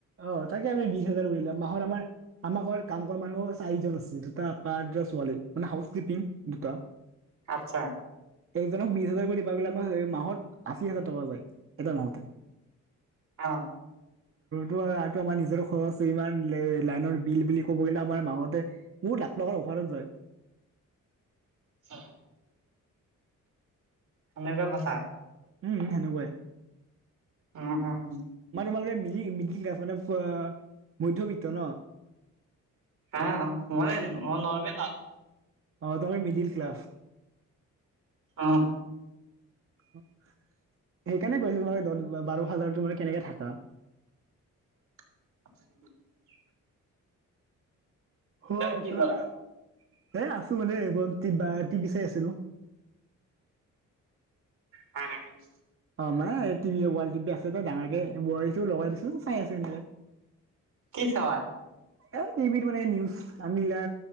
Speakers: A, on the right (about 45°); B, on the right (about 75°).
A: অ তাকে আমি বিশ হাজাৰ কৰিল মাহত আমাৰ আমাৰ ঘৰত কাম কৰা মানুহ চাৰিজন আছে দুটা প ক মানে হাউচ কিপিং দুটা।
B: আচ্ছা
A: একজনক বিশ হাজাৰ কৰি দিব গ'লে মাহৰ আশী হাজাৰ টকা যায় এটাৰ মাহতে।
B: আহ
A: টো আৰুটো আমাৰ নিজৰ খৰচ ইমান লে-লাইনৰ বিল বুলি ক'ব গ'লে আমাৰ মাহতে বহত <unintelligible> আৰু যায়।
B: হা। এনেকোৱা কথা।
A: উম, সেনেকুৱাই।
B: উম, উম।
A: মানে তোমালোকে মিলি মিলি <unintelligible> মদ্যয়বিত্ত ন'।
B: হা, ময়ে নৰ্মেল
A: অ
B: আৰু।
A: অ', তুমি মিডিল ক্লছ।
B: অ'।
A: সেইকাৰণে কৈছোঁ তোমাৰ দদ বাৰ হাজাৰ তোমাৰ কেনেকে থাকা।
B: <inaudible>
A: হোৱা
B: তুমি
A: পিছত
B: কি কৰা
A: এ, আছোঁ মানে এইবোৰত টিবা টিভি চাই আছিলো।
B: হা ৰাখিছ।
A: অ', মানে টিভি ৱাল আছে ডাঙৰকে বহাইছোঁ লগাই দিছোঁ, চাই আছ এনেকে।
B: কি চাৱা।
A: এই টিভিতো মানে নিউজ, আমি লা